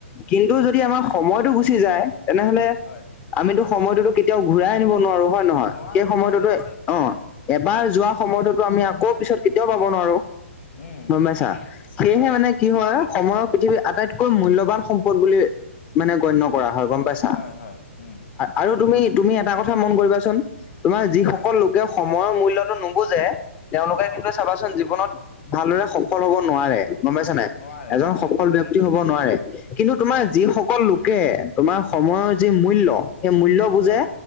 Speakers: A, on the left; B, on the left.
A: কিন্তু যদি আমাৰ সময়টো গুচি যায় তেনেহলে
B: হয়
A: আমিতো সময়টোতো কেতিয়াও ঘূৰাই আনিব নোৱাৰো হয় নহয়
B: নোৱাৰো
A: সেই সময়টোতো
B: নোৱাৰো
A: অ এবাৰ যোৱা সময়তোতো আমি আকৌ পিছত কেতিয়াও পাব নোৱাৰো
B: উম
A: গম পাইছা সেইহে
B: হয়
A: মানে কি হয় সময়ক পৃথিৱী আটাইতকৈ মূল্যৱান সম্পদ বুলি মানে গণ্য কৰা হয় গম পাইছা
B: হয় হয় উম
A: আৰু তুমি তুমি এটা কথা মন কৰিবাচোন তোমাৰ যিসকল
B: হয়
A: লোকে সময়ৰ মূল্যতো নুবুজে তেওঁলোকে
B: অ
A: কিন্তু চাবাচোন জীৱনত ভালদৰে সফল হব নোৱাৰে গম পাইছা নাই
B: নোৱাৰে
A: এজন
B: নোৱাৰে
A: সফল ব্যক্তি হব নোৱাৰে কিন্তু তোমাৰ
B: হয়
A: যিসকল লোকে তোমাৰ সময়ৰ যি মূল্য সেই মূল্য বুজে
B: হয়